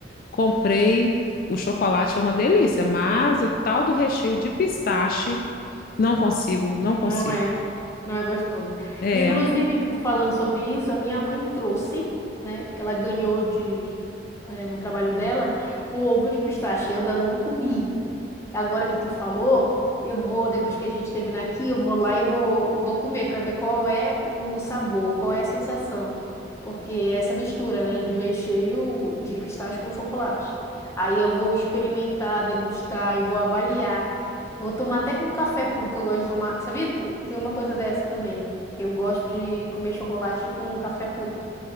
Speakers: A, on the left; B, on the left.
A: Comprei, o chocolate é uma delícia, mas o tal do recheio de pistache, não consigo, não consigo.
B: não é. Não é gostoso.
A: É,
B: Inclusive, tô falando sobre isso, a minha mãe trouxe, né? Que ela ganhou de, é, no trabalho dela, um ovo de pistache. Eu ainda não comi. Agora que tu falou, eu vou, depois que a gente terminar aqui, eu vou lá e vou, vou comer para ver qual é o sabor, qual é a sensação. Porque é essa mistura, né, de recheio de pistache com chocolate. Aí eu vou experimentar, degustar e vou avaliar. Vou tomar até com café puro, que eu gosto de tomar. Sabia? Tem uma coisa dessa também. Eu gosto de comer chocolate com café puro.